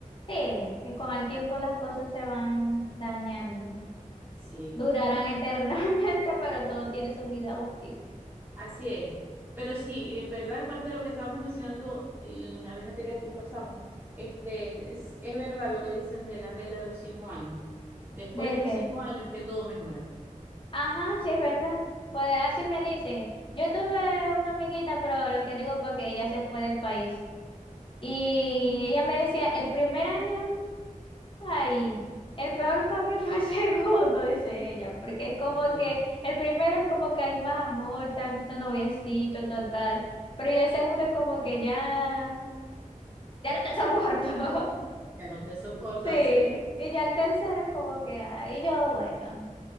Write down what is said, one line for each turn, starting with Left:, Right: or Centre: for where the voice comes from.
Left: Sí, y con el tiempo las cosas se van dañando.
Right: Sí,
Left: Durarán eternamente, <laughs> pero todo tiene su vida útil.
Right: así es. Pero sí, en verdad, parte de lo que estábamos mencionando en la vez anterior que conversamos, este, es, es verdad lo que dicen de la regla de los cinco años. Después
Left: ¿De
Right: de los
Left: qué?
Right: cinco años es que todo mejora.
Left: Ajá, sí es verdad. Pues así me dicen. Yo tuve una amiguita, pero lo que digo porque ella se fue del país. Y ella me decía, el primer año, ay, el peor para mí fue el <laughs> segundo, dice ella, porque es como
Right: Sí.
Left: que el primero es como que hay más amor, tanto noviecito, total, pero ya el segundo es como que ya, ya no te soporto. <laughs>
Right: Ya no te soporto,
Left: Sí,
Right: así es.
Left: y ya el tercero es como que, ah, y yo, bueno,